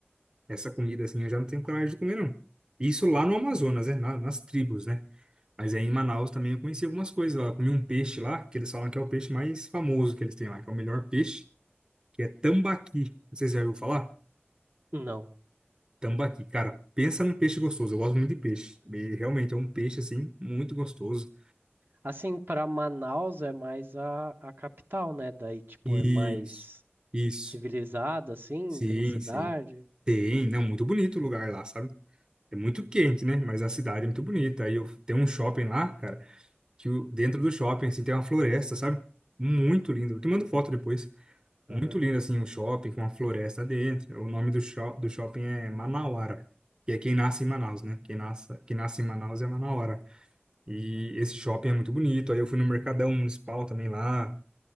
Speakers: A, on the right; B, on the right.
A: essa comida, assim, eu já não tenho coragem de comer, não. Isso lá no Amazonas, né? Na- nas tribos, né? Mas aí em Manaus também eu conheci algumas coisas lá. Eu comi um peixe lá, que eles falam que é o peixe mais famoso que eles têm lá, que é o melhor peixe que é tambaqui. Não sei se você já ouviu falar.
B: Não.
A: Tambaqui, cara, pensa num peixe gostoso. Eu gosto muito de peixe. E realmente é um peixe, assim, muito gostoso.
B: Assim, pra Manaus é mais a, a capital, né? Daí, tipo,
A: Isso,
B: é mais
A: isso.
B: civilizada, assim,
A: Sim,
B: tem cidade.
A: sim. Tem, não, muito bonito o lugar lá, sabe? É muito quente, né? Mas a cidade é muito bonita. Aí eu tem um shopping lá, cara, que o- dentro do shopping, assim, tem uma floresta, sabe? Muito lindo. Eu te mando foto depois. Muito
B: Aham.
A: lindo, assim, o shopping com uma floresta dentro. O nome do, sho do shopping é Manauara, que é quem nasce em Manaus, né? Quem nasce, quem nasce em Manaus é Manauara. E esse shopping é muito bonito. Aí eu fui no Mercadão Municipal também lá.